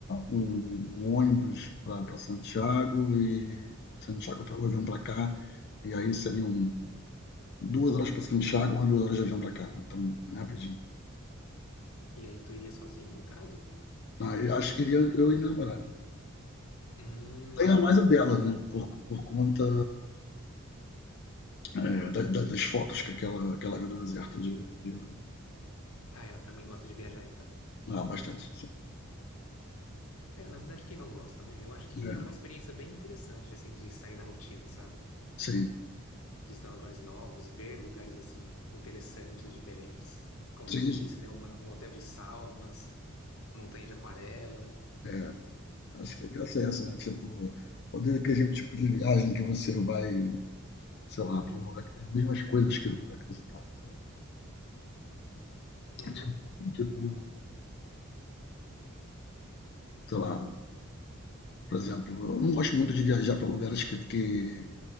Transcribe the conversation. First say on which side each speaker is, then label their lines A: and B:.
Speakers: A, on the left; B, on the left.
A: um um ônibus pra pra Santiago e Santiago pega o avião pra cá, e aí seriam 2 horas pra Santiago, mais 2 horas de avião pra cá, né, então é rapidinho.
B: E aí tu iria sozinho, no caso?
A: Aí acho que iria eu e namorar namorada.
B: Hum.
A: Ganha mais a dela, né? Por, por conta é, da- da- das fotos que aquela, aquela viu do deserto de, de Uni.
B: Ah, ela também gosta de viajar, então.
A: Ah, bastante, sim.
B: É, na verdade, quem não gosta, né? Eu acho que
A: É,
B: é uma experiência bem interessante, assim, de sair da rotina, sabe?
A: sim,
B: Visitar lugares novos, ver lugares, assim, interessantes, diferentes. Como
A: sim,
B: você
A: isso.
B: disse, né? Uma- um hotel de salmas, montanha de aquarela.
A: é, acho que a graça é essa, né? Tipo, poder aquele tipo de viagem que você vai, sei lá, para um lugar que tem as mesmas coisas que o lugar que você tá, sabe?
B: Uhum.
A: Ti- Tipo, sei lá, por exemplo, eu não gosto muito de viajar para lugares que, que